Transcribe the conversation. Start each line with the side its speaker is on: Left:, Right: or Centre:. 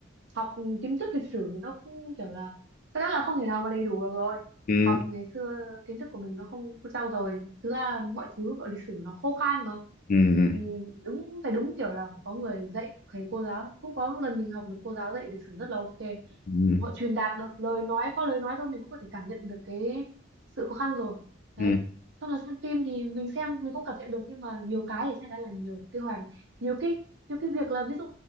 Right: học kiến thức lịch sử nó cũng kiểu là chắc chắn là không thể nào mà đầy đủ được rồi
Left: ừ
Right: học ngày xưa kiến thức của mình nó không có trau dồi thực ra mọi thứ gọi lịch sử nó khô khan mà
Left: ừ ừ,
Right: Ừ, đúng phải đúng kiểu là phải có người dạy thầy cô giáo cũng có một lần mình học được cô giáo dạy lịch sử rất là ok
Left: ừ.
Right: họ truyền đạt được lời nói qua lời nói thôi mình cũng có thể cảm nhận được cái sự khó khăn rồi đấy
Left: Ừ,
Right: xong là xem phim thì mình xem mình cũng cảm nhận được nhưng mà nhiều cái thì chắc chắn là nhiều cái hoàn nhiều cái nhiều cái việc là ví dụ